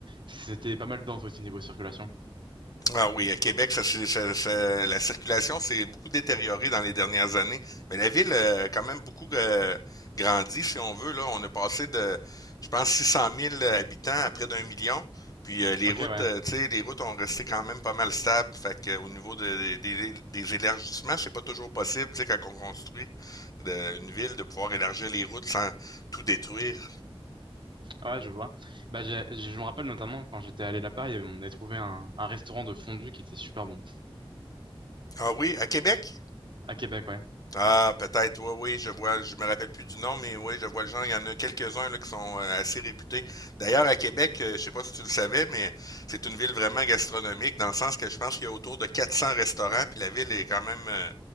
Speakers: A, on the right; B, on the left.
A: C'était pas mal dense aussi niveau circulation.
B: Ah oui, à Québec, ça, c'est- ça- ça- la circulation s'est beaucoup détériorée dans les dernières années. Mais la ville euh, a quand même beaucoup euh, grandi, si on veut. Là, on a passé de, je pense, six cent mille habitants à près d'un million. Puis euh, les
A: Ok,
B: routes,
A: ouais,
B: euh, tu sais, les routes ont resté quand même pas mal stables. Fait que, euh, au niveau de- des des élargissements, c'est pas toujours possible, tu sais, quand on construit de- une ville, de pouvoir élargir les routes sans tout détruire.
A: ouais, je vois. Bah, j'ai- j'ai- je me rappelle notamment quand j'étais allé là-bas, il y avait- on avait trouvé un, un restaurant de fondue qui était super bon.
B: Ah oui, à Québec?
A: À Québec, ouais.
B: Ah, peut-être, oui, oui, je vois, je me rappelle plus du nom, mais oui, je vois le genre, il y en a quelques-uns là, qui sont euh, assez réputés. D'ailleurs, à Québec, euh, je sais pas si tu le savais, mais c'est une ville vraiment gastronomique, dans le sens que je pense qu'il y a autour de 400 restaurants, puis la ville est quand même euh,